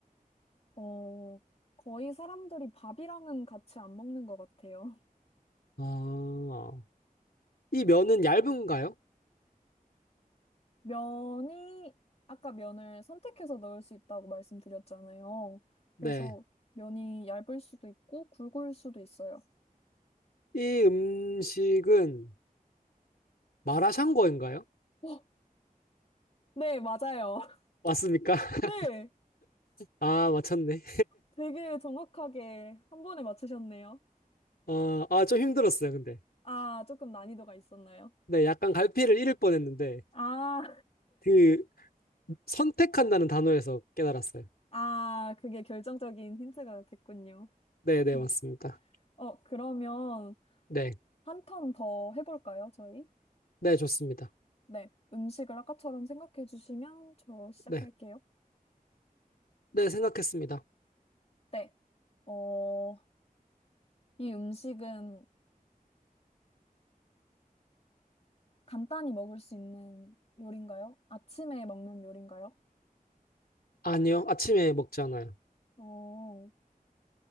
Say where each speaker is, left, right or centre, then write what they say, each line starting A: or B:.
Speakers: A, on the left; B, on the left.
A: 어, 거의 사람들이 밥이랑은 같이 안 먹는 것 같아요.
B: 아, 이 면은 얇은가요?
A: <laughs> 면이, 아까 면을 선택해서 넣을 수 있다고 말씀드렸잖아요.
B: 네.
A: 그래서 면이 얇을 수도 있고 굵을 수도 있어요.
B: 이 음식은 마라샹궈인가요?
A: 어, 네, 맞아요. <laughs>
B: 맞습니까? <laughs>
A: 네.
B: 아, 맞췄네.
A: 되게 정확하게 한 번에 맞추셨네요.
B: 어, 아, 좀 힘들었어요, 근데.
A: 아, 조금 난이도가 있었나요?
B: 네, 약간 갈피를 잃을 뻔했는데,
A: 아,
B: 그, 선택한다는 단어에서 깨달았어요.
A: 아, 그게 결정적인 힌트가 됐군요.
B: 네, 네,
A: 음.
B: 맞습니다.
A: 어, 그러면
B: 네,
A: 한 턴 더 해볼까요, 저희?
B: 네, 좋습니다.
A: 네. 음식을 아까처럼 생각해 주시면 저 시작할게요.
B: 네, 네, 생각했습니다.
A: 네. 어, 이 음식은 간단히 먹을 수 있는 요리인가요? 아침에 먹는 요리인가요?
B: 아니요, 아침에 먹잖아요.
A: 어,